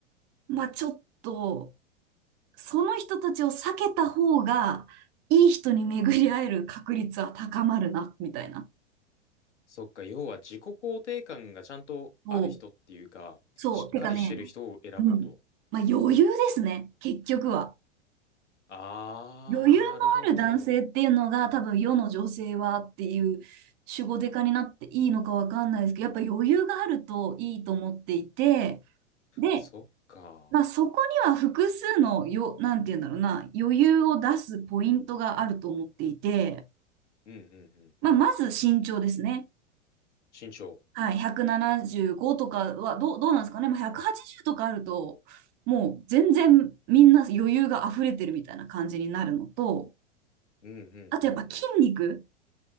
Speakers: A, on the right (about 30°); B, on the left (about 70°).
A: まあちょっと、その人たちを避けた方が、いい人に巡り会える確率は高まるな、みたいな。
B: そっか、要は自己肯定感がちゃんとある人っていうか、
A: そう。そう。
B: しっかりしてる人を選ぼうと。
A: てかね、うん。まあ余裕ですね、結局は。
B: ああ、
A: 余裕のある男性っていうのが多分世の女性はっていう主語デカになっていいのかわかんないですけど、
B: なるほど。
A: やっぱ余裕があるといいと思っていて、で、
B: そっか。
A: まあそこには複数のよ、なんて言うんだろうな、余裕を出すポイントがあると思っていて、
B: うんうんうんうんうん。
A: まあまず身長ですね。
B: 身長。
A: はい、175とかはどう、どうなんですかね。まあ180とかあると、もう全然みんな余裕が溢れてるみたいな感じになるのと、
B: うんうんうんうん。
A: あとやっぱ筋肉。